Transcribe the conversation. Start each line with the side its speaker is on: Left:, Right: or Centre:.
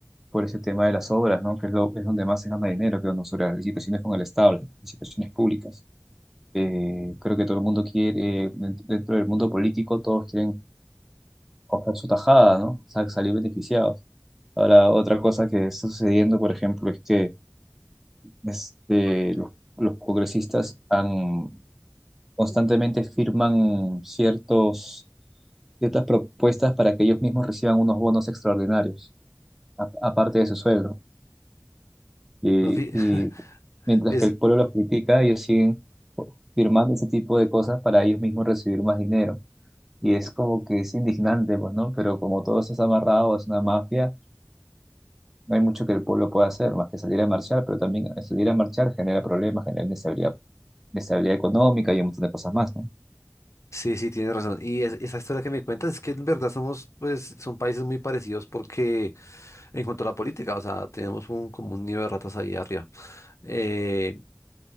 Centre: por ese tema de las obras, ¿no? Que es, lo, es donde más se gana dinero, creo, ¿no? Sobre las licitaciones con el Estado, las licitaciones públicas. Eh, creo que todo el mundo quiere, eh, dent- dentro del mundo político, todos quieren coger su tajada, ¿no? Sa- salir beneficiados. Ahora, otra cosa que está sucediendo, por ejemplo, es que este, los, los congresistas han, constantemente firman ciertos, ciertas propuestas para que ellos mismos reciban unos bonos extraordinarios, a- aparte de su sueldo. Y,
Left: No, fi-
Centre: y
Left: <laughs>
Centre: mientras
Left: es,
Centre: que el pueblo los critica, ellos siguen firmando ese tipo de cosas para ellos mismos recibir más dinero. Y es como que es indignante, pues, ¿no? Pero como todo eso está amarrado, es una mafia, no hay mucho que el pueblo pueda hacer, más que salir a marchar, pero también salir a marchar genera problemas, genera inestabilidad, inestabilidad económica y un montón de cosas más, ¿no?
Left: sí, sí, tienes razón. Y es- esa historia que me cuentas es que en verdad somos, pues, son países muy parecidos porque... En cuanto a la política, o sea, tenemos un, como un nido de ratas ahí arriba. Eh,